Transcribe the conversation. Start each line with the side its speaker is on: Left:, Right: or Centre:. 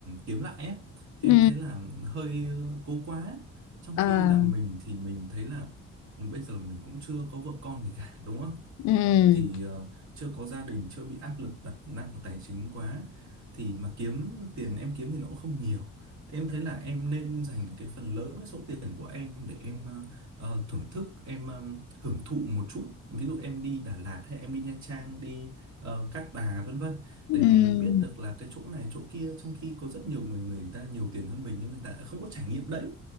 Right: kiếm lại ấy. Thì
Left: ừ,
Right: em thấy là hơi ờ, cố quá trong
Left: à,
Right: khi là mình thì mình thấy là bây giờ mình cũng chưa có vợ con gì cả đúng không
Left: ừ,
Right: thì ờ, chưa có gia đình chưa bị áp lực đặt nặng tài chính quá thì mà kiếm tiền em kiếm thì nó cũng không nhiều thế em thấy là em nên dành cái phần lớn cái số tiền của em để em ờ, ờ, thưởng thức em ờ, hưởng thụ một chút ví dụ em đi Đà Lạt hay em đi Nha Trang đi ờ, Cát Bà vân vân
Left: ừ,
Right: để mà mình biết được là cái chỗ này chỗ kia trong khi có rất nhiều người người ta nhiều tiền hơn mình nhưng người ta không có trải nghiệm đấy